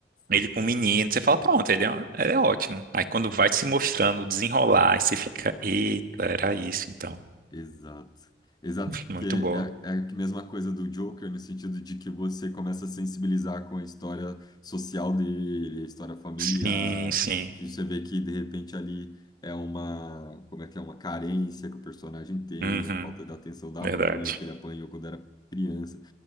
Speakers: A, on the left; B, on the right.
A: sim.
B: Ele com o menino, você fala, pronto, ele é, ele é ótimo. Aí quando vai se mostrando, desenrolar, aí você fica, eita, era isso então.
A: Exato. Exato, porque
B: Muito boa.
A: é, é a mesma coisa do Joker, no sentido de que você começa a sensibilizar com a história social dele, a história familiar,
B: Sim, sim.
A: que você vê que de repente ali é uma, como é que é, uma carência que o personagem tem,
B: Uhum,
A: falta da atenção da
B: verdade.
A: mãe, que ele apanhou quando era criança.